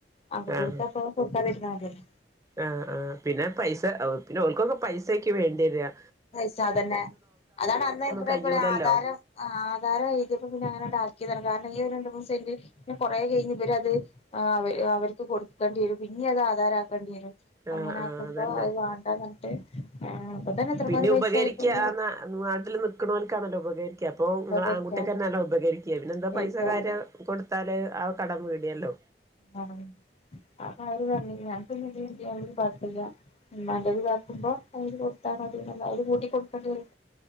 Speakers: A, on the left (about 35°); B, on the right (about 15°).
A: ആൺകുട്ട്യോള്ക്കപ്പോ
B: ആഹ്
A: കൊടുക്കാതിരുന്നാ മതില്ലോ
B: ആഹ് ആ പിന്നെ പൈസ പിന്നെ ഓല്ക്കൊക്കെ പൈസക്ക് വേണ്ടി വെരാ
A: പൈസാ അതന്നെ അതാണ് അന്ന് ഇവിടൊക്കെ
B: കഴിയൂലല്ലോ
A: ഒരു ആധാരം ആ ആധാര എഴുതിയപ്പ പിന്നെ അങ്ങനെണ്ടാക്കിതാണ് കാരണം ഈ ഒരു രണ്ട് മൂന്ന് സെന്റ് പിന്നെ കൊറെ കഴിഞ്ഞു ഇവര് അത് ആ അവ അവർക്ക് കൊടുക്കേണ്ടി വരും പിന്നെ അത് ആധാര ആക്കേണ്ടി വരും
B: ആഹ്
A: അങ്ങനെ
B: ആഹ്
A: ആക്കുമ്പോ
B: അതന്നെ
A: അത് വാണ്ട ന്നിട്ട് അപ്പൊ തന്നെ എത്ര
B: പിന്നെ
A: പേരെ പൈസ
B: ഉപകരിക്ക
A: ആയിപോയി
B: ആ നാട്ടിൽ നിക്കണോൽക്കാണല്ലോ ഉപകരിക്ക ക്ക്യ അപ്പൊ
A: ഉപകരിക്കാതെന്നെ
B: നിങൾ ആൺകുട്ടിയോക്കെന്നല്ലെ ഉപകരിക്കാ പിന്നെന്താ
A: ഉപയോഗിക്കാതെ
B: പൈസ കാര്യം കൊടുത്താല് ആ കടം വീടിയല്ലോ
A: ആഹ് അത് അവര് പറഞ്ഞ് ഞങ്ങൾക്ക് ന്ന് ഇതിലില്ലെങ്കിലും കൊഴപല്ല്യ ഉമ്മാന്റെ ത് ഇതാക്കുമ്പോ അ യില് കൊടുത്താൽ മതിന്ന് <unintelligible> അതില് കൂട്ടി കൊടുക്കേണ്ടി വരും